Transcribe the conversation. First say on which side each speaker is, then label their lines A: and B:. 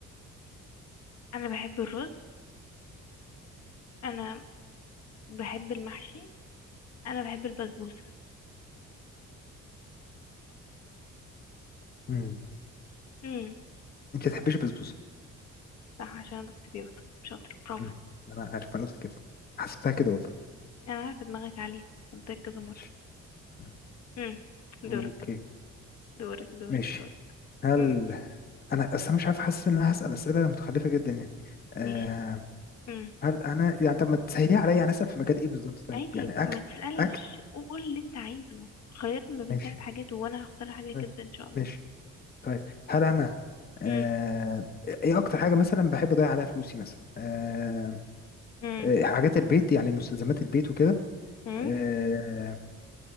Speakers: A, on the left; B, on the left.
A: انا بحب الرز انا بحب المحشي انا بحب البسبوسه
B: امم
A: امم
B: انت ما تحبيش البسبوسة
A: صح عشان انا كنت بيوتا شاطر برافو
B: مم. انا عارف انا قلت كده حسبتها كده والله
A: انا عارفه دماغك عاليه قلت لك كذا مره
B: ماشي مم.
A: امم
B: اوكي
A: دورك دورك دورك
B: ماشي
A: دورك
B: هل
A: امم
B: انا اصلا مش عارف حاسس ان انا هسأل اسئله متخلفه جدا يعني أه
A: ماشي امم
B: هل انا يعني طب ما تسهليها عليا يعني اسأل في مجال ايه بالظبط طيب
A: عادي
B: يعني
A: ما
B: اكل
A: تسالش
B: اكل
A: قول اللي انت عايزه خيرني ما بين
B: ماشي
A: تلات حاجات وانا هختار حاجه
B: طيب
A: كده ان شاء الله
B: ماشي طيب هل انا أه
A: امم
B: ايه اكتر حاجه مثلا بحب اضيع عليها فلوسي مثلا أه
A: امم
B: آه، حاجات البيت يعني مستلزمات البيت وكده
A: امم
B: أه